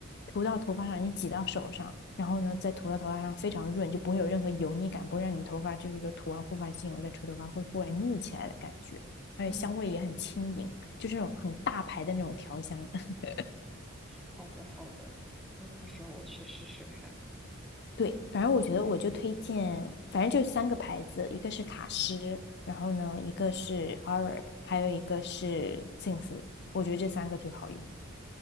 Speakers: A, on the left; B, in the centre.
A: 涂到头发上，你挤到手上，然后呢再涂到头发上，非常润，就不会有任何油腻感，不会让你头发就是说涂完护发精油再吹头发会忽然腻起来的感觉。而且香味也很轻盈，
B: 嗯，是的。
A: 就这种很大牌的那种调香。<laughs>
B: 好的好的，那到时候我去试试看。
A: 对，反正我觉得我就推荐，反正就三个牌子，一个是卡诗，然后呢，一个是 Arab，还有一个是 Simply，我觉得这三个最好用。